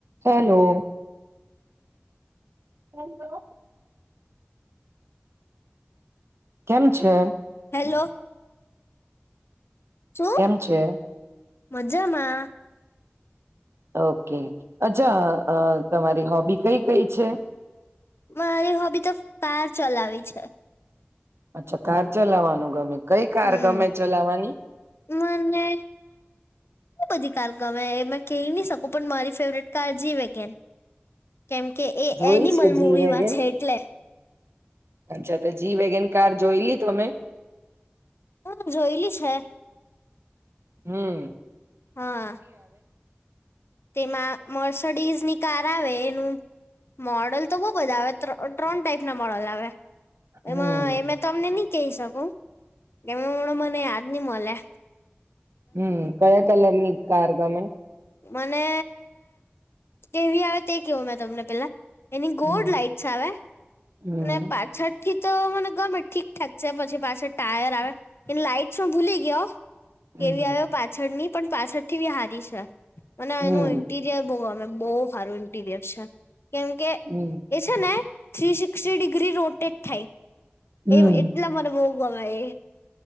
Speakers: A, on the right; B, on the left.
A: <inaudible> હેલો. હલો. કેમ છે?
B: હેલો. શું?
A: કેમ છે?
B: મજામાં.
A: ઓકે. અચ્છા અહ તમારી હોબી કઈ-કઈ છે?
B: મારી હોબી તો કાર ચલાવી છે.
A: અચ્છા. કાર ચલાવવાનું ગમે? કંઈ કાર
B: હમ.
A: ગમે ચલાવવાની?
B: મને બધી કાર ગમે એ મે કહી નહી શકું, પણ મારી ફેવરેટ કાર જી વેગેન. કેમ કે એ
A: જોઈ
B: એનિમલ
A: છે જી
B: મૂવીમાં
A: વેગન
B: છે એટલે.
A: અચ્છા તો જી વેગન કાર જોઈલી તમે?
B: હા જોયેલી છે.
A: હમ્મ.
B: હા. તેમાં મર સડીઝની કાર આવે એનું મોડલ તો બહ બધા આવે. ત્રણ ત્રણ ટાઈપ ના મોડલ આવે.
A: હમ
B: એમાં એમે તમને નહી કહી શકું કેમ કે હમણાં મને યાદ નહી મલે.
A: હમ કયા કલરની કાર ગમે?
B: મને કેવી આવે તે કેવું મેં તમને પેલા એની ગોડ
A: હમ
B: લાાઈટ્સ આવે.
A: હમ
B: ને પાછડ થી તો મને ગમે ઠીકઠાક છે પછી પાછ ટાયર આવે એ લાઈટસ ભૂલી ગયા
A: હમ
B: કેવી આવ્યો પાછળની પણ પાછળથી બી હારી છે. અને
A: હમ
B: એનું ઇન્ટિરિયર બવ ગમે. બહુ હારું ઇન્ટીરિયર છે. કેમ કે
A: હમ
B: એ છે ને થ્રી શિકસ શિક્ષ્ટિ ડિગ્રી રોટેટ થાય.
A: હમ
B: એ એટલા મને બવ ગમે એ.